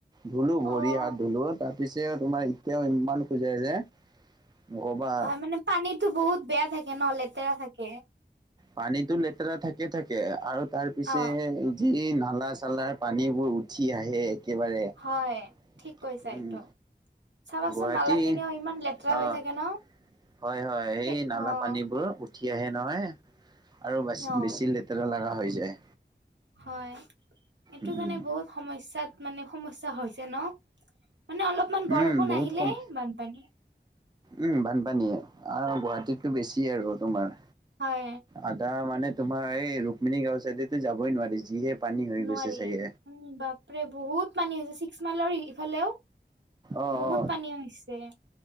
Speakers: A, on the right; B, on the right.
A: ধুলো
B: অ'
A: ভৰি হাত ধুলো তাত পিছে তোমাৰ এতিয়াও ইমান খজুৱাই যে নক'বা।
B: হয় মানে পানীতো বহুত বেয়া থাকে ন লেতেৰা থাকে।
A: পানীতো লেতেৰা থাকে থাকে আৰু তাৰ পিছে
B: অ'
A: যি নালা চালাৰ পানীবোৰ উঠি আহে একেবাৰে উম
B: হয় ঠিক কৈছা এইটো চাবাচোন
A: গুৱাহাটী
B: নালা খিনি অ ইমান লেতেৰা
A: অ',
B: হৈ থাকে ন
A: হয় হয়
B: সেই
A: এই নালা
B: অ'
A: পানীবোৰ উঠি আহে নহয় আৰু বাছি
B: অ'
A: বেছি লে তেৰা লাগা হৈ যায়
B: হয় এইটো
A: উম,
B: কাৰণে বহুত সমস্যাত মানে সমস্যা হৈছে ন মানে অলপমান বৰষুণ
A: উম, বহুত
B: আহিলে
A: কম
B: বানপানী।
A: উম বানপানীয়ে আৰু গুৱাহাটীততো বেছিয়ে আৰু তোমাৰ
B: হয়
A: আদা মানে তোমাৰ এই ৰুক্মিণী গাঁওৰ চাইডে তো যাবই নোৱাৰি যিহে পানী হৈ
B: নোৱাৰি
A: গৈছে চাগে।
B: উম বাপৰে বহুত পানী হৈছে ছিক্স মাইলৰ ইফালেও
A: অ
B: বহুত
A: অ
B: পানী হৈছে